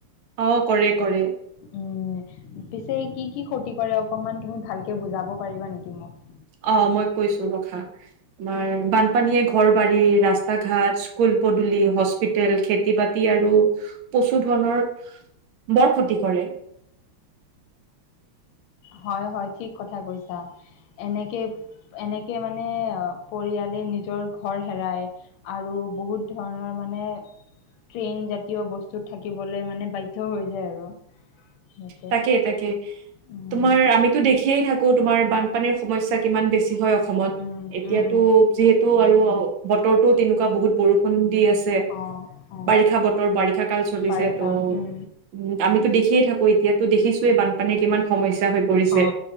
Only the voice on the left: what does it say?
উমঁ' পিছে কি কি ক্ষতি কৰে অকনমান ভালকে বুজাব পাৰিবা নেকি মোক?
হয় হয় ঠিক কথা কৈছা, এনেকে এনেকে মানে পৰিয়ালে নিজৰ ঘৰ হেৰাই- আৰু বহুত ধৰণৰ মানে ট্ৰেইন জাতীয় বস্তুত থাকিবলে মানে বাধ্য হৈ যায় আৰু। সিহঁতে
উম
উম
উম
অ অ
বাৰিষা
উম
অ